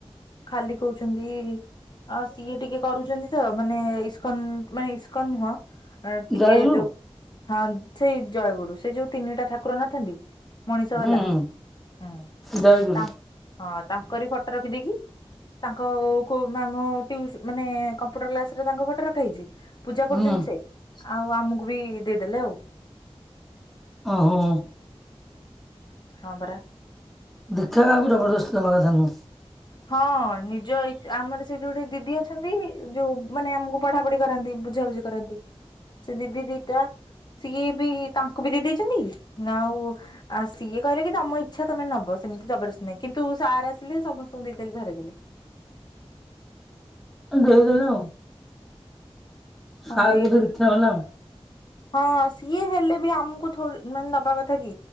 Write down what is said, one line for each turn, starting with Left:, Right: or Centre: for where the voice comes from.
Left: ଖାଲି କହୁଛନ୍ତି ସିଏ ଟିକେ କରୁଛନ୍ତି ତ ମାନେ ଇସ୍କନ ମାନେ ଇସ୍କନ ନୁହଁ। ଟିକେ
Centre: ଜୟଗୁରୁ।
Left: ଯଉ। ହଁ ସେଇ ଜୟଗୁରୁ, ସେ ଯୋଉ ତିନିଟା ଠାକୁର ନଥାନ୍ତି। ମଣିଷ
Centre: ହୁଁ
Left: ବାଲା
Centre: ହୁଁ
Left: ହଁ
Centre: ଜୟଗୁରୁ
Left: ତାଙ୍କ ତା କରି ଫଟୋ ରଖିଦେଇକି। ତାଙ୍କ ଓଉ କୋଉ ମ୍ୟାମ୍ ଟ୍ୟୁସ୍ ମାନେ କମ୍ପ୍ୟୁଟର କ୍ଲାସରେ ତାଙ୍କ ଫଟୋ ରଖାହେଇଛି। ପୂଜା
Centre: ହୁଁ
Left: କରୁଛନ୍ତି ସେ ଆଉ ଆମକୁ ବି ଦେଇଦେଲେ ଆଉ
Centre: ଅ ହଁ।
Left: ହଁ ପରା।
Centre: ଦେଖିବା କା କାହାକୁ ଜବରଦସ୍ତ ଦେବା କଥା ନୁହ।
Left: ହଁ ନିଜ ଇ ଆମର ସେ ଯୋଉ ଦିଦି ଅଛନ୍ତି ଯୋଉ ମାନେ ଆମକୁ ପଢାପଢି କରନ୍ତି, ବୁଝାବୁଝି କରନ୍ତି, ସେ ଦିଦି ଦିଟା ସିଏ ବି ତାଙ୍କୁ ବି ଦେଇ ଦେଇେଇଛନ୍ତି ଆଉ ସିଏ କହିଲେ କି ତମ ଇଚଛା ତମେ ନବ ସେମିତି ଜବରଦସ୍ତି ନାହିଁ କିନ୍ତୁ ସାର ଦେଲେ ସମସ୍ତଙ୍କୁ ଦେଇଦେଲେ ଧରେଇଦେଲେ।
Centre: ଦେଇଦେଲେ ଆଉ।
Left: ହଁ
Centre: ସାର୍
Left: ଦେଇଦେଲେ
Centre: ବୋଧେ ଇଚ୍ଛା ହେଲା।
Left: ହଁ ସିଏ ହେଲେ ବି ଆମକୁ ମାନେ ନବା କଥା କି?